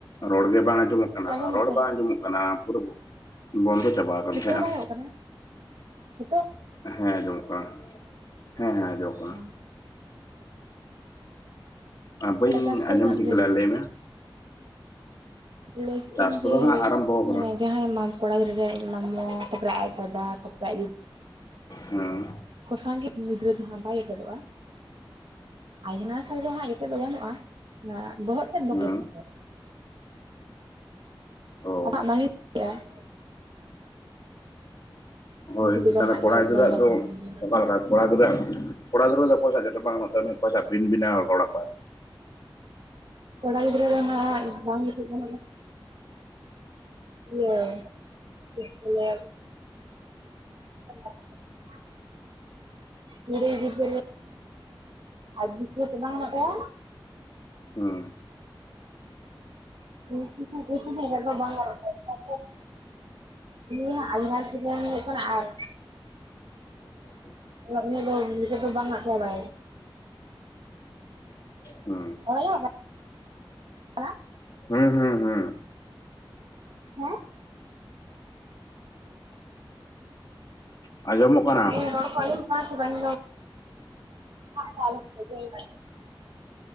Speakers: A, on the left; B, on the right.
A: ᱨᱚᱲ ᱜᱮ ᱵᱟᱝ ᱟᱸᱡᱚᱢᱚᱜ ᱠᱟᱱᱟ
B: ᱟᱸᱡᱚᱢ ᱫᱟᱥᱮ
A: ᱨᱚᱲ ᱵᱟᱝ ᱟᱸᱡᱚᱢᱚᱜ ᱠᱟᱱᱟ ᱯᱩᱨᱟᱹ ᱵᱚᱱᱫᱚ ᱪᱟᱵᱟ ᱟᱠᱟᱱ
B: ᱱᱤᱛᱚ
A: ᱛᱟᱦᱮᱸᱜᱼᱟ
B: ᱵᱟᱭᱚᱜ ᱠᱟᱱᱟ ᱱᱤᱛᱚᱜ
A: ᱦᱮᱸ ᱟᱡᱚᱢᱚᱜ ᱠᱟᱱᱟ ᱦᱮᱸ ᱦᱮᱸ ᱟᱢᱚᱢᱚᱜ
B: <inaudible>
A: ᱵᱟᱹᱧ
B: ᱛᱟᱦᱚᱞᱮ ᱪᱟᱥ ᱠᱚᱫᱚ
A: ᱟᱸᱡᱚᱢ
B: ᱛᱤᱱᱟᱹᱜ
A: ᱴᱷᱤᱠᱟ
B: ᱡᱷᱟᱹᱞ
A: ᱞᱮᱜᱼᱟ
B: ᱨᱮ
A: ᱞᱟᱹᱭᱢᱮ?
B: ᱞᱟᱹᱭ ᱠᱮᱜ-ᱟᱹᱧ
A: ᱪᱟᱥ ᱠᱚᱫᱚ
B: ᱡᱮ
A: ᱦᱟᱸᱜ ᱟᱨᱟᱢᱵᱚ ᱟᱠᱟᱱᱟ
B: ᱢᱟᱱᱮ ᱡᱟᱦᱟᱸᱭ ᱢᱟ ᱠᱚᱲᱟ ᱜᱤᱫᱽᱨᱟᱹ ᱟᱡ ᱢᱟᱢᱩ ᱛᱟᱯᱚᱨᱮ ᱟᱡ ᱫᱟᱫᱟ ᱛᱟᱯᱚᱨᱮ ᱟᱡ ᱫᱤᱫᱤ
A: ᱦᱮᱸ
B: ᱠᱚᱥᱟᱝᱜᱮ ᱢᱩᱫᱽᱨᱟᱹ ᱫᱚ ᱦᱟᱸᱜ ᱵᱟᱭ ᱮᱴᱮᱨᱚᱜᱼᱟ᱾ ᱟᱭᱱᱟᱥᱟᱞ ᱫᱚ ᱦᱟᱸᱜ ᱱᱤᱛᱚᱜ ᱫᱚ ᱵᱟᱹᱱᱩᱜᱼᱟ, ᱵᱚᱦᱚᱜ ᱥᱮᱫ ᱵᱚᱛᱚᱨ
A: ᱦᱮᱸ
B: ᱥᱚᱛᱚᱨ
A: ᱚ
B: ᱟᱢᱟᱜ ᱵᱟᱝᱤᱧ ᱫᱟᱲᱭᱟᱜᱼᱟ᱾
A: ᱦᱳᱭ
B: ᱩᱱᱠᱩ ᱵᱮᱜᱚᱨ
A: ᱛᱟᱦᱚᱞᱮ
B: ᱦᱟᱸᱜ
A: ᱠᱚᱲᱟ
B: ᱡᱚᱴᱮᱫ
A: ᱜᱤᱫᱽᱨᱟᱹᱟᱜ
B: ᱵᱟᱝ ᱜᱟᱱᱚᱜᱼᱟ
A: ᱫᱚ ᱚᱠᱟᱮᱠᱟ ᱠᱚ ᱠᱚᱲᱟ ᱫᱩᱨᱟᱹ ᱠᱚᱲᱟ ᱫᱩᱨᱟᱹ ᱫᱚ ᱚᱠᱚᱭ ᱥᱟᱜ ᱡᱚᱴᱮᱫ ᱵᱟᱝ ᱜᱟᱱᱚᱜ ᱛᱟᱭ ᱩᱱᱤ ᱚᱠᱚᱭ ᱥᱟᱜ ᱵᱤᱱ ᱵᱤᱱᱟᱣ ᱨᱚᱲᱟᱭ
B: ᱠᱚᱲᱟ ᱜᱤᱫᱽᱨᱟᱹ ᱫᱚ ᱦᱟᱸᱜ ᱵᱟᱝ ᱡᱩᱛᱩᱜ ᱜᱚᱜᱼᱟ <unintelligible> <unintelligible> <unintelligible> ᱠᱩᱲᱟᱹᱭ ᱜᱤᱫᱽᱨᱟᱹ ᱟᱡ <unintelligible> ᱵᱟᱝ ᱦᱮᱱᱟᱜ ᱛᱟᱭᱟ᱾
A: ᱦᱩᱸ
B: <unintelligible> <unintelligible> ᱩᱱᱤ ᱦᱚᱸ ᱟᱭᱢᱟ ᱥᱵᱟᱹᱭ ᱦᱩᱭᱩᱜ ᱠᱟᱱᱟ, ᱟᱨ
A: <inaudible>
B: ᱩᱱᱤ ᱫᱚ ᱱᱤᱛ ᱫᱚ ᱵᱟᱝ ᱟᱫ ᱪᱟᱵᱟᱭᱟ᱾
A: ᱦᱩᱸ
B: ᱨᱚᱲ ᱟᱸᱡᱚᱢᱚᱜ <unintelligible>
A: ᱦᱩᱸ ᱦᱩᱸ ᱦᱩᱸ
B: ᱠᱟᱱᱟ
A: ᱟᱸᱡᱚᱢᱚᱜ ᱠᱟᱱᱟ
B: ᱤᱧᱟᱜ ᱨᱚᱲ ᱠᱚ ᱟᱸᱡᱚᱢᱚᱜ ᱠᱟᱱᱟ ᱥᱮ ᱵᱟᱝ ᱫᱟᱜ ᱫᱟᱭ <unintelligible>